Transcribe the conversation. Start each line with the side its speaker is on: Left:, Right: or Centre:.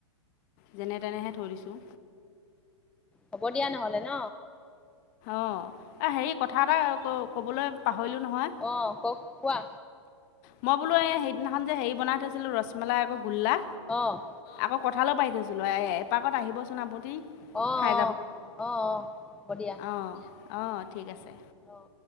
Left: যেনে তেনেহে থৈ দিছোঁ।
Centre: হ'ব দিয়া নহ'লে ন?
Left: অঁ', এই হেৰি কথা এটা ক'বলৈ পাহৰিলোঁ নহয়।
Centre: অ', কওক কোৱা?
Left: মই বোলো এই সেইদিনাখন যে হেৰি বনাই থৈছিলোঁ ৰসমালাই আকৌ গোল্লা।
Centre: অ'।
Left: আকৌ কঁঠালো পাৰি থৈছিলো এ এপাকত আহিবছোন আপুনি।
Centre: অ', অ',
Left: খাই
Centre: অ', অ', হ'ব দিয়া।
Left: অ'। অ', ঠিক আছে।
Centre: অ'।